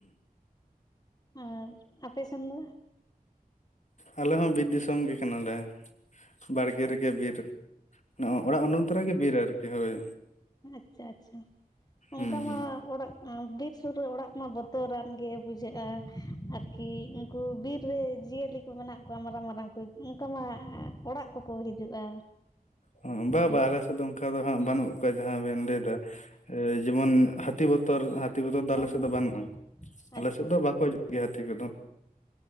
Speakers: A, on the left (about 25°); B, on the left (about 50°).
A: ᱟᱸᱨ ᱟᱯᱮ ᱥᱮᱱ ᱫᱚ?
B: ᱟᱞᱮ ᱦᱚᱸ ᱵᱤᱫ ᱫᱤᱥᱚᱢ ᱜᱮ ᱠᱟᱱᱟᱞᱮ᱾ ᱵᱟᱲᱜᱮ
A: ᱟᱪᱪᱷᱟ
B: ᱨᱮᱜᱮ ᱵᱤᱨ ᱱᱚᱜᱼᱚ ᱚᱲᱟᱜ ᱩᱱᱩᱱ ᱛᱮ ᱨᱮᱜᱮ ᱵᱤᱨ ᱟᱨᱠᱤ ᱦᱳᱭ᱾
A: ᱟᱸᱪᱪᱷᱟ-ᱪᱷᱟ,
B: ᱦᱩᱸ
A: ᱚᱝᱠᱟ ᱢᱟ ᱚᱲᱟᱜ ᱟᱸ ᱵᱤᱨ ᱥᱩᱨ ᱨᱮ ᱚᱲᱟᱜ ᱢᱟ ᱵᱚᱛᱚᱨᱟᱱ ᱜᱮ ᱵᱩᱡᱷᱟᱹᱜᱼᱟ ᱟᱨᱠᱤ ᱩᱝᱠᱩ ᱵᱤᱨ ᱨᱮ ᱡᱤᱭᱟᱹᱞᱤ ᱠᱚ ᱢᱮᱱᱟᱜ ᱠᱚᱣᱟ ᱢᱟᱨᱟᱝ-ᱢᱟᱨᱟᱝ ᱠᱚ ᱩᱸ ᱚᱝᱠᱟ ᱢᱟ ᱚᱲᱟᱜ ᱠᱚ-ᱠᱚ ᱦᱤᱡᱩᱜᱼᱟ!
B: ᱩᱸ ᱵᱟ-ᱵᱟ
A: ᱦᱮᱸ
B: ᱟᱞᱮ ᱥᱮ ᱮᱫᱚᱢ ᱠᱷᱟ ᱫᱚ ᱦᱟᱸᱜ ᱵᱟᱹᱱᱩᱜ ᱠᱟ ᱡᱟᱦᱟᱸ ᱵᱮᱱ ᱞᱟᱹᱭ ᱫᱟ, ᱮ ᱡᱮᱢᱚᱱ ᱦᱟᱹᱛᱤ ᱵᱚᱛᱚᱨ ᱟ ᱛᱤ ᱠᱚᱫᱚ ᱫᱟᱞᱮ
A: ᱦᱮᱸ
B: ᱥᱮᱫ ᱫᱚ ᱵᱟᱱᱩᱜᱼᱚᱸ, ᱟᱞᱮ
A: ᱟᱪᱪᱷᱟ
B: ᱥᱮᱫ ᱫᱚ ᱵᱟᱠᱚ ᱡᱩᱜ ᱜᱮᱭᱟ ᱦᱟᱛᱷᱤ ᱠᱚᱫᱚ᱾